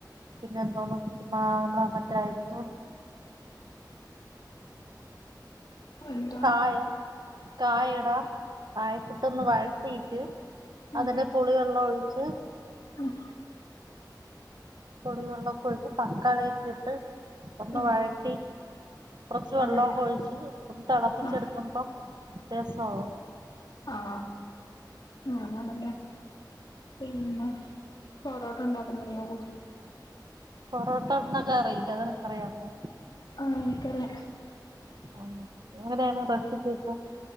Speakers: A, on the right; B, on the left.
A: പിന്നെ എന്തോന്നും <unintelligible> മറ്റായ്പോ
B: ന്താണ്
A: കായം കായ ഇടാം കായക്കിട്ടൊന്ന് വഴറ്റിയിട്ട്
B: ഉം
A: അതിന്റെ പുളി വെള്ളം ഒഴിച്ച്
B: ഉം
A: പുളിവെള്ളമൊക്കെ ഒഴിച്ച് തക്കാളിയൊക്കെ ഇട്ട് ഒന്ന്
B: ഉം
A: വഴറ്റി കുറച്ച് വെള്ളൊക്കെ
B: ആഹ്
A: ഒഴിച്ചിട്ട് <unintelligible> തി ളപ്പിച്ചെടുക്കുമ്പം
B: ആഹ്
A: രസമാവും
B: ആഹ അങ്ങനെ പിന്നെ പൊറോട്ട ഉണ്ടാക്കുന്നത് അറിയാമോ?
A: പൊറോട്ടന്നൊക്കെ അറിയില്ല അത് നിനക്ക് അറിയമോ?
B: ആഹ് എനിക്കല്ലേ
A: ആ എങ്ങനെയാണ് <unintelligible> പ്രസിപ്പക്ക